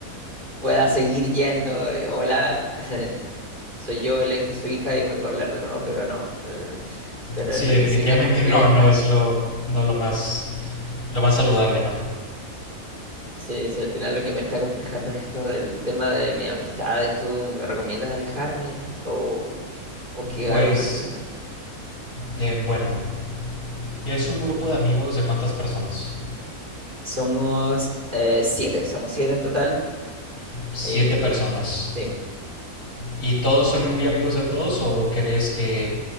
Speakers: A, on the right; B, on the left.
A: pueda seguir yendo. eh, Hola, <laughs> soy yo el ex de su hija y vengo a hablar de nuevo, pero no. eh, pero
B: Sí,
A: lo
B: definitivamente
A: que sí me acompleja,
B: no, no es lo, no lo más, lo más saludable, ¿no?
A: sí, sí, al final lo que me está complejando es esto del tema de mis amistades. ¿Tú me recomiendas alejarme o, o qué
B: Pues,
A: hago? ¿Persisto?
B: eh, bueno, es un grupo de amigos de cuántas personas?
A: Somos eh, siete, somos siete en total.
B: Siete
A: Y
B: personas.
A: sí,
B: ¿Y todos son muy amigos de todos o crees que